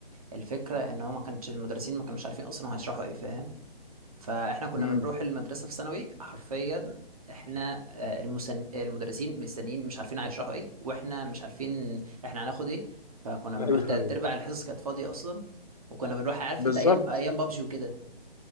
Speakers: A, on the right (about 35°); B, on the left (about 40°).
A: الفكره ان هو ما كانش المدرسين ما كانوش عارفين اصلا هيشرحوا ايه فاهم فاحنا كنا
B: امم
A: بنروح المدرسه في ثانوي حرفيا احنا آه، المسن... المدرسين مستنيين مش عارفين هيشرحوا ايه واحنا مش عارفين احنا هناخد ايه فكنا بنروح
B: ايوه
A: تلات
B: ايوه
A: ارباع الحصص كانت فاضيه اصلا وكنا بنروح عارف
B: بالظبط
A: انت ايام ايام بابجي وكده